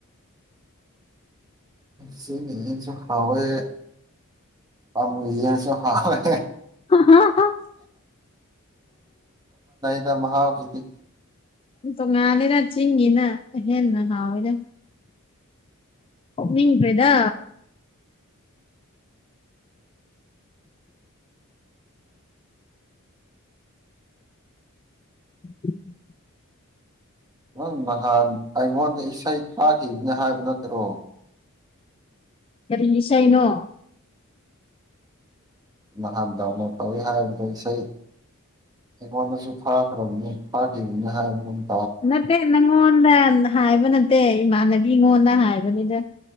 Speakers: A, on the right (about 20°); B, on the left (about 25°).
A: ꯆꯤꯡꯒꯤ ꯌ‌ꯦꯟꯁꯨ ꯍꯥꯎꯋꯤ ꯑꯃ ꯌ‌ꯦꯟꯁꯨ ꯍꯥꯎꯋꯤ
B: ꯑ
A: ꯗ ꯃꯍꯥꯕꯤꯗꯤ
B: ꯇ ꯉꯅꯤꯗ ꯆꯤꯤꯡꯤꯅ ꯍꯦꯅ ꯍꯗ ꯃꯤ ꯄꯔꯤꯗ <inaudible>
A: ꯅꯪ ꯅꯍꯥꯟ ꯑꯩꯉꯣꯟꯗ ꯏꯁꯩ ꯐꯥꯈꯤꯕꯅꯤ ꯍꯥꯏꯕ ꯅꯠꯇ꯭ꯔꯣ
B: ꯀꯔꯤ ꯁꯩꯅꯣ
A: ꯅꯍꯥꯟꯗ ꯇ ꯍꯥꯏ ꯁ ꯑꯩꯉꯣꯟꯗꯁꯨ ꯐꯥꯈ꯭ꯔꯕꯅꯤ ꯐꯥꯈꯤꯕꯅꯤ ꯍꯥꯏꯕꯨꯝ
B: ꯅꯠꯇꯦ ꯅꯪꯉꯣꯟꯗ ꯍꯥꯏꯕ ꯅꯠꯇꯦ ꯏꯃꯥꯟꯅꯕꯤ ꯑꯩꯉꯣꯟꯗ ꯍꯥꯏꯕꯅꯤꯗ